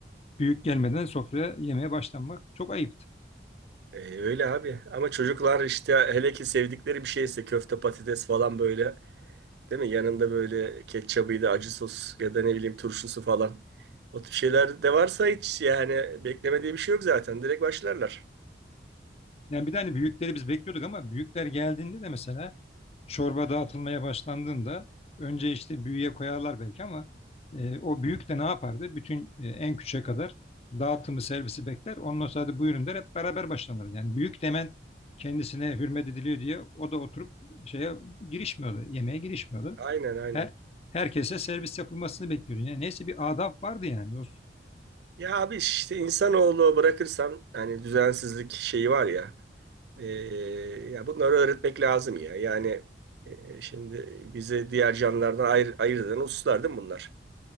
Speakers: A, on the left (about 35°); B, on the right (about 70°).
A: büyük gelmeden sofraya yemeye başlanmak çok ayıp.
B: Ee, öyle abi. Ama çocuklar işte hele ki sevdikleri bir şeyse köfte patates falan böyle, değil mi? Yanında böyle ketçabıydı, acı sos ya da ne bileyim turşusu falan. O tip şeyler de varsa hiç yani bekleme diye bir şey yok zaten. Direkt başlarlar.
A: Yani bir de hani büyükleri biz bekliyorduk ama büyükler geldiğinde de mesela çorba dağıtılmaya başlandığında önce işte büyüğe koyarlar belki ama e, o büyük de ne yapardı? Bütün e, en küçüğe kadar dağıtımı servisi bekler. Ondan sonra da buyurun der hep beraber başlanır. Yani büyük demen kendisine hürmet ediliyor diye o da oturup şeye girişmiyordu. Yemeğe girişmiyordu.
B: Aynen aynen.
A: Her, herkese servis yapılmasını bekliyordu. Yani neyse bir adab vardı yani dostum.
B: Ya abi işte insanoğlu bırakırsan hani düzensizlik şeyi var ya e, ya bunları öğretmek lazım ya. Yani e, şimdi bizi diğer canlılardan ayır, ayırt eden hususlar değil mi bunlar?